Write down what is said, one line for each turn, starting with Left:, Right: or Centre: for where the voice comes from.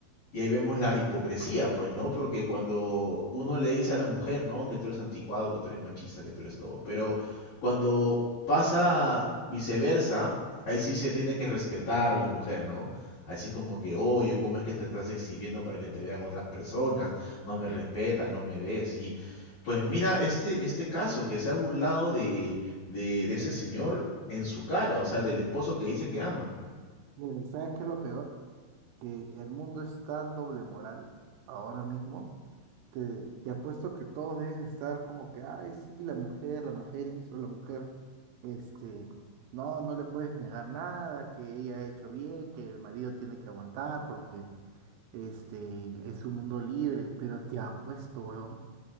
Left: Y ahí vemos la hipocresía, pues, ¿no? Porque cuando uno le dice a la mujer, ¿no? Que tú eres anticuado, que tú eres machista, que tú eres todo. Pero cuando pasa viceversa, ahí sí se tiene que respetar a la mujer, ¿no? Así es como que, oye, ¿cómo es que te estás exhibiendo para que te vean otras personas? No me respetas, no me ves. Y pues mira, este, este caso que se ha burlado de, de, de ese señor en su cara, o sea, del esposo que dice que ama.
Right: Miren, ¿sabes qué es lo peor? Que el mundo es tan doble moral ahora mismo que te apuesto que todos deben estar como que, ay, sí, la mujer, la mujer hizo, la mujer, este, no, no le puedes negar nada, que ella ha hecho bien, que el marido tiene que aguantar porque Este es un mundo libre, pero te apuesto, weón,